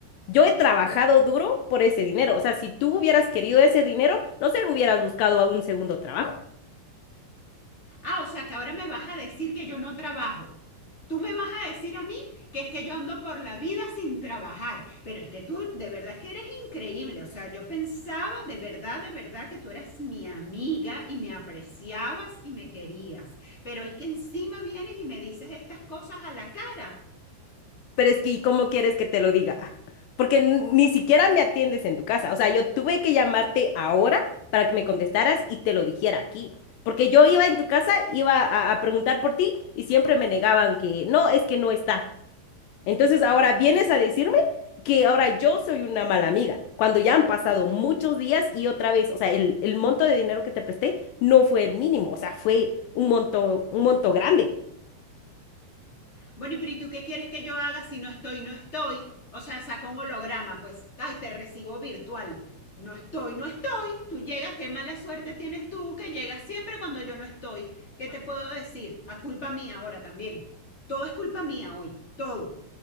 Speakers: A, on the left; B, on the left.
A: Yo he trabajado duro por ese dinero. O sea, si tú hubieras querido ese dinero, no sé, hubieras buscado un segundo trabajo.
B: Ah, o sea que ahora me vas a decir que yo no trabajo. Tú me vas a decir a mí que es que yo ando por la vida sin trabajar, pero es que tú de verdad es que eres increíble, o sea, yo pensaba de verdad, de verdad que tú eras mi amiga y me apreciabas y me querías, pero es que encima vienes y me dices estas cosas a la cara.
A: Pero es que, ¿y cómo quieres que te lo diga? <laughs> Porque n- ni siquiera me atiendes en tu casa. O sea, yo tuve que llamarte ahora para que me contestaras y te lo dijera aquí. Porque yo iba en tu casa, iba a, a preguntar por ti y siempre me negaban que no, es que no está. Entonces ahora
B: Ah,
A: vienes a decirme que ahora yo soy una mala amiga, cuando ya han pasado muchos días y otra vez, o sea, el, el monto de dinero que te presté no fue el mínimo, o sea, fue un monto, un monto grande.
B: Bueno, pero ¿y tú qué quieres que yo haga si no estoy, no estoy? O sea, saca un holograma, pues, ay, te recibo virtual. No estoy, no estoy. Tú llegas, qué mala suerte tienes tú que llegas siempre cuando yo no estoy. ¿Qué te puedo decir? A culpa mía ahora también. Todo es culpa mía hoy, todo.